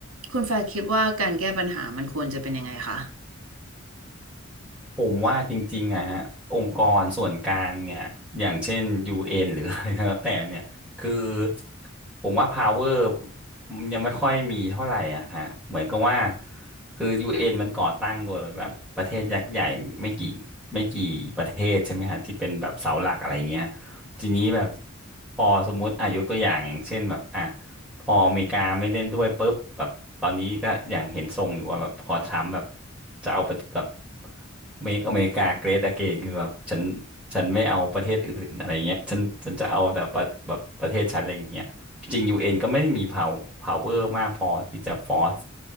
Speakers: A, on the right; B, in the centre.
A: คุณแฟร์คิดว่าการแก้ปัญหามันควรจะเป็นยังไงคะ
B: ผมว่าจริงๆอะฮะองค์กรส่วนกลางเนี่ยอย่างเช่น UN หรืออะไรก็แล้วแต่เนี่ยคือผมว่า power ยังไม่ค่อยมีเท่าไหร่อะฮะเหมือนกับว่าคือ UN มันก่อตั้งโดยแบบประเทศยักษ์ใหญ่ไม่กี่ไม่กี่ประเทศใช่ไหมฮะที่เป็นแบบเสาหลักอะไรเงี้ยทีนี้แบบพอสมมุติอายุตัวอย่างอย่างเช่นแบบอ่ะ พออเมริกาไม่เล่นด้วยปุ๊บแบบตอนนี้ก็อย่างเห็นทรงอยู่ว่าแบบพอทรัมป์แบบจะเอาแบบแบบ make America great again คือแบบฉันฉันไม่เอาประเทศอื่นอะไรเงี้ยฉันฉันจะเอาแต่ประแบบประเทศฉันอะไรเงี้ยจริงยูเอ็นก็ไม่ได้มี power power มากพอที่จะ force